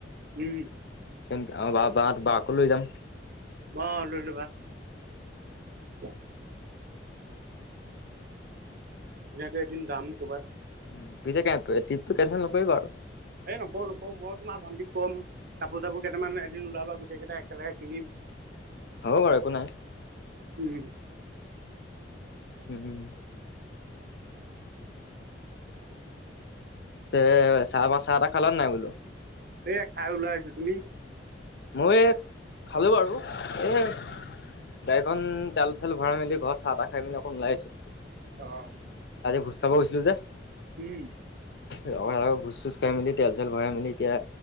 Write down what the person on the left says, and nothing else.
<unintelligible> আও বা-বা-বাকো লৈ যাম।
উ পিছে কে ট্ৰিপটো কেনচেল নকৰিবা আ <unintelligible>
হ'ব বাৰু একো নাই।
উম। তে চাহ পাহ চাহ তাহ খালে নাই বোলোঁ?
মই এই খালোঁ বাৰু, এই গাড়ীখন ডাল পাল <unintelligible> ভৰাই মেলি ঘৰত চাহ তা খাই মেলি অকণ ওলাই আহিছোঁ।
ভোজ খাব গৈছিলোঁ যে।
<unintelligible> ভোজ চোজ খাই মেলি তেল চেল ভৰাই মেলি এতিয়া